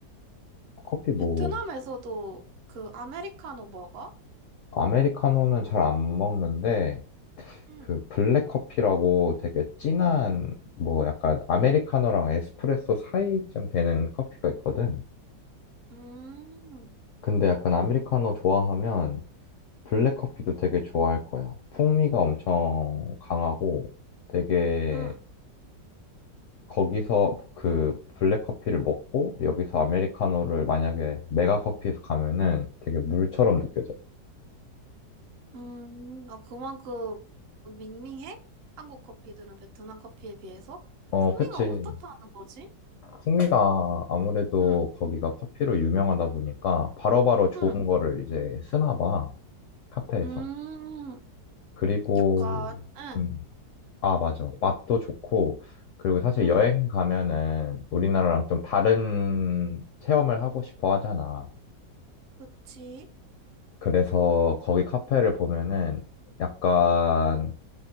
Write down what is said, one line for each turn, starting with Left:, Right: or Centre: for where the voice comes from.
Left: 커피 뭐
Right: 베트남에서도 그 아메리카노 먹어?
Left: 아메리카노는 잘 안 먹는데
Right: 응.
Left: 그 블랙 커피라고 되게 진한 뭐 약간 아메리카노랑 에스프레소 사이쯤 되는 커피가 있거든.
Right: 음,
Left: 근데 약간 아메리카노 좋아하면 블랙 커피도 되게 좋아할 거야. 풍미가 엄청 강하고 되게
Right: 응.
Left: 거기서 그 블랙 커피를 먹고 여기서 아메리카노를 만약에 메가 커피에서 가면은 되게 물처럼 느껴져.
Right: 음, 아, 그만큼 밍밍해? 한국 커피들은 베트남 커피에 비해서?
Left: 어,
Right: 풍미가
Left: 그치.
Right: 어떻다는 거지?
Left: 풍미가 아무래도
Right: 응,
Left: 거기가 커피로 유명하다 보니까 바로바로 좋은
Right: 응,
Left: 거를 이제 쓰나 봐. 카페에서.
Right: 음,
Left: 그리고,
Right: 약간, 응,
Left: 음, 아, 맞아. 맛도 좋고, 그리고 사실
Right: 응,
Left: 여행 가면은 우리나라랑 좀 다른 체험을 하고 싶어 하잖아.
Right: 그치.
Left: 그래서 거기 카페를 보면은 약간